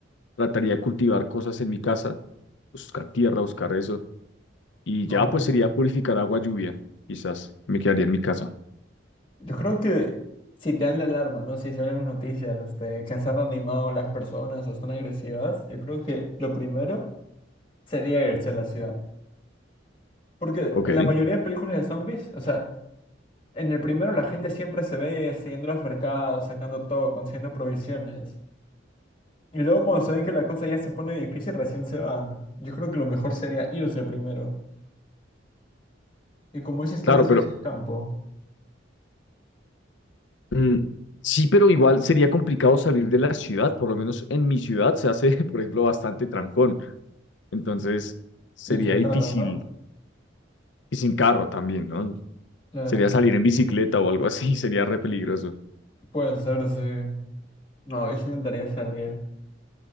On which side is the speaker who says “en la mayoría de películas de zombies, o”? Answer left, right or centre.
Left